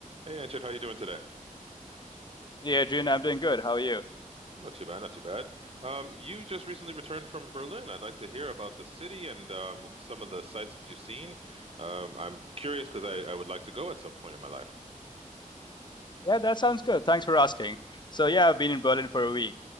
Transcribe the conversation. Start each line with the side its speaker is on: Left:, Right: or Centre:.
Right: Hey, Anchit, how you doing today?
Left: Hey, Adrian, I'm doing good. How are you?
Right: I'm not too bad, not too bad. Um, you just recently returned from Berlin. I'd like to hear about the city and um, some of the sights that you've seen. Um, I'm curious because I, I would like to go at some point in my life.
Left: Yeah, that sounds good. Thanks for asking. So, yeah, I've been in Berlin for a week.